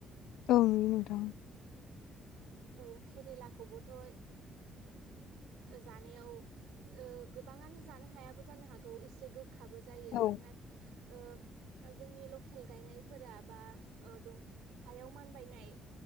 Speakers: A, on the left (about 80°); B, on the right (about 90°).
A: औ नोंगौ नोंथां
B: औ केरेलाखौबोथ'ओ जानायाव ओ गोबाङानो जानो हायाबो जानो हागौ एसे गो खाबो जायो
A: औ
B: नाथा ओ जोंनि लकेल गायनायफोरा बा ओ द हायाव मानबायनाय